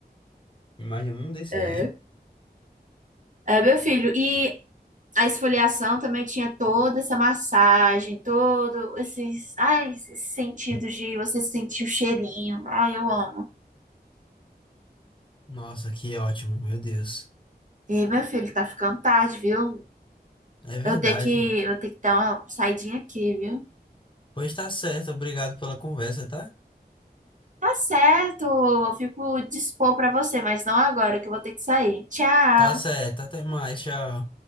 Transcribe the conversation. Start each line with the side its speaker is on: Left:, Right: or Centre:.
Left: Imagina um desse
Right: É.
Left: aí.
Right: É, meu filho, e a esfoliação também tinha toda essa massagem, todo esses, ai, esses sentidos de você sentir o cheirinho. Ai, eu amo.
Left: Nossa, que ótimo, meu Deus.
Right: E meu filho, tá ficando tarde, viu?
Left: É verdade.
Right: Eu tenho que, eu tenho que dar uma saidinha aqui, viu?
Left: Pois tá certo, obrigado pela conversa, tá?
Right: Tá certo, eu fico dispor pra você, mas não agora, que eu vou ter que sair. Tchau!
Left: Tá certo, até mais, tchau.